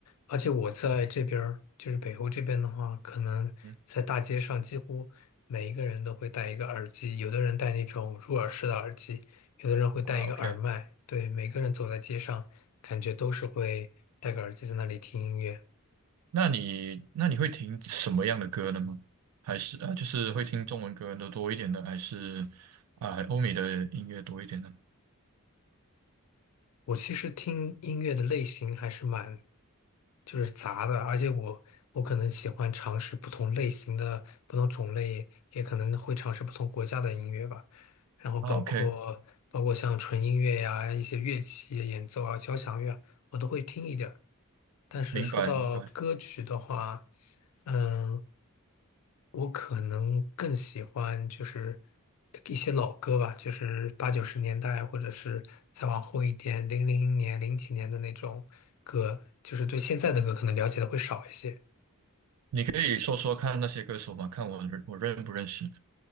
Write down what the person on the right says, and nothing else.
嗯。
啊，OK，
那你那你会听什么样的歌呢吗？还是啊，呃就是会听中文歌的多一点呢，还是啊欧美的音乐多一点呢？
啊，OK，
明白明白。
你可以说说看那些歌手吗？看我认我认不认识